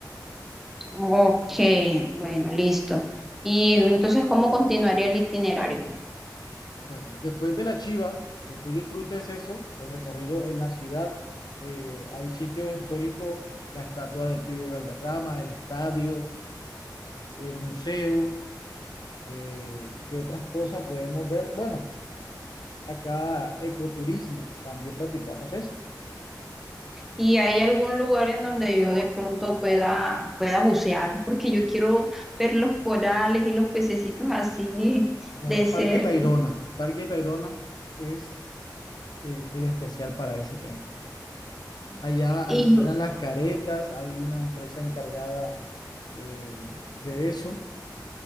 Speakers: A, in the centre; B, on the left.
A: Ok, bueno, listo. Y entonces, ¿cómo continuaría el itinerario?
B: Bueno, después de la Chiva, que tú disfrutes eso, el recorrido en la ciudad, eh, hay sitios históricos, la estatua del pibe Valderrama, el estadio, el museo, Eh, ¿qué otras cosas podemos ver? Bueno, acá ecoturismo, también practicamos eso.
A: ¿Y hay algún lugar en donde yo de pronto pueda, pueda bucear? Porque yo quiero ver los corales y los pececitos así
B: Bueno,
A: de cerca.
B: Parque Tayrona. Parque Tayrona es eh, el especial para ese tema. Allá alquilan
A: Y yo,
B: las caretas, hay una empresa encargada eh, de eso,